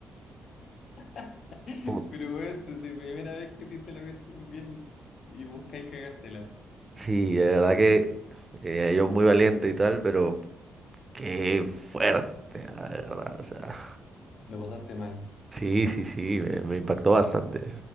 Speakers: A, on the left (about 65°); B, on the right (about 25°).
A: <laughs>
B: Put-
A: Pero bueno, tu tu primera vez que hiciste la cuestión bien y, y buscáis cagártela.
B: Sí, de verdad que eh, yo muy valiente y tal, pero qué fuerte, ah, de verdad. O sea,
A: Lo pasaste mal.
B: sí, sí, sí, me, me impactó bastante.